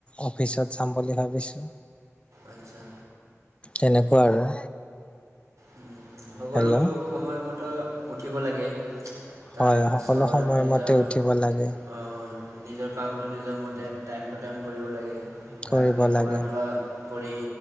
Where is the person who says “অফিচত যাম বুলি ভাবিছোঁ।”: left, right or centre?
Left